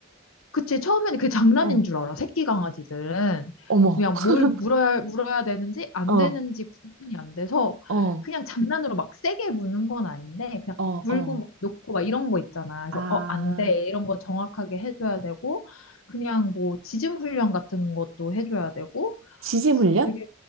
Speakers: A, on the left (about 85°); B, on the right (about 70°).
A: 그치, 처음에는 그게 장난인
B: 어,
A: 줄 알아, 새끼 강아지들은.
B: 어머.
A: 그냥 뭘
B: <laughs>
A: 물어야, 물어야 되는지 안
B: 어.
A: 되는지 구분이 안 돼서
B: 어,
A: 그냥 장난으로 막 세게 무는 건 아닌데 그냥
B: 어,
A: 물고
B: 어.
A: 막 놓고 막 이런 거 있잖아. 그래서
B: 아,
A: 어, 안 돼. 이런 거 정확하게 해줘야 되고 그냥 뭐 지짐 훈련 같은 것도 해줘야 되고
B: 지질 훈련?
A: 되게